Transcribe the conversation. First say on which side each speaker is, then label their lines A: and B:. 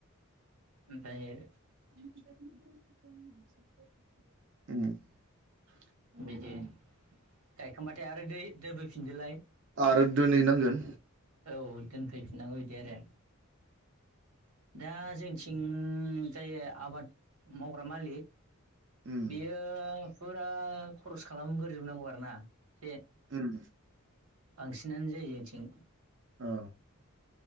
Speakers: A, on the right (about 80°); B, on the right (about 55°).
A: ओमफाय
B: उम औ
A: बिदि गायखांबाथाय आरो दै दोनफैफिनदोलाय
B: आरो दोनहैनांगोन
A: औ दोनफैफिननांगौ बिदि आरो दा जोंथिं जायो आबाद मावग्रा मालि
B: उम
A: बेयो फुरा खरस खालामगोरजोबनांगौ आरोना बे
B: उम
A: बांसिनानो जायो जोंनिथिं
B: औ।